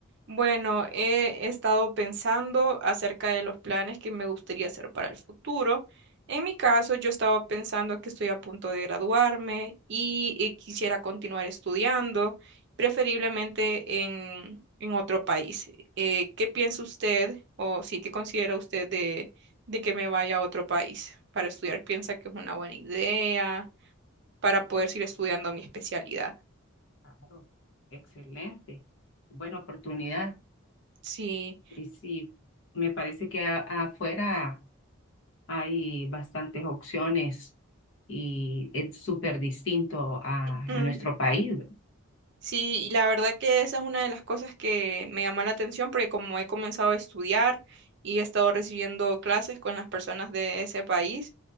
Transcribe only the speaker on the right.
Bueno, he estado pensando acerca de los planes que me gustaría hacer para el futuro. En mi caso, yo estaba pensando que estoy a punto de graduarme y, y quisiera continuar estudiando, preferiblemente en, en otro país. Eh, ¿qué piensa usted o sí, qué considera usted de, de que me vaya a otro país para estudiar? ¿Piensa que es una buena idea para poder seguir estudiando mi especialidad?
Sí.
Mm,
Sí, y la verdad que esa es una de las cosas que me llamó la atención porque como he comenzado a estudiar y he estado recibiendo clases con las personas de ese país,